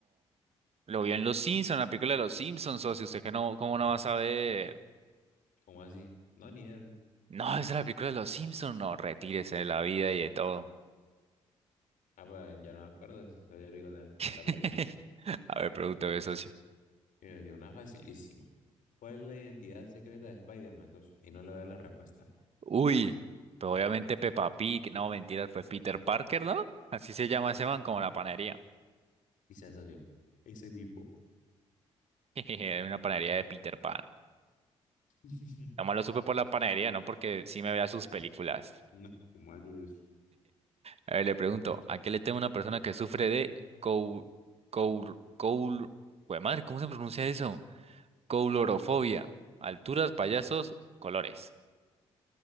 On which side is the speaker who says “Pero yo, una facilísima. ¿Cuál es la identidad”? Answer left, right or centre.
Left